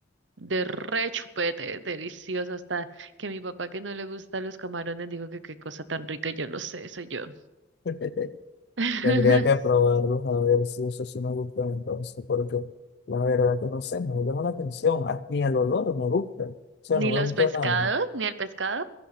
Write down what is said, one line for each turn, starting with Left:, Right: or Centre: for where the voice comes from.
Right: de re chupete, delicioso, hasta que mi papá que no le gustan los camarones dijo que qué cosa tan rica, yo lo sé, soy yo.
Left: <laughs>
Right: <laughs>
Left: Tendría que probarlos a ver si eso sí me gusta entonces, porque la verdad que no sé, no me llama la atención, ah, ni el olor me gusta, o sea,
Right: Ni
Left: no me
Right: los
Left: gusta
Right: pescados,
Left: nada.
Right: ni el pescado.